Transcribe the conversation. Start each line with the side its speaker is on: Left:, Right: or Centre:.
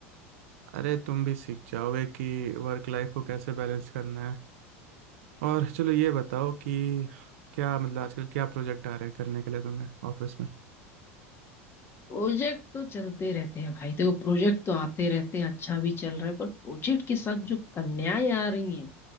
Right: अरे तुम भी सीख जाओगे कि वर्क लाइफ को कैसे बैलेंस करना है और चलो ये बताओ कि क्या मतलब आजकल क्या प्रोजेक्ट आ रहे हैं करने के लिए तुम्हें ऑफिस में
Left: प्रोजेक्ट तो चलते रहते हैं भाई देखो प्रोजेक्ट तो आते रहते हैं अच्छा भी चल रहा है पर प्रोजेक्ट के साथ जो कन्याएं आ रही हैं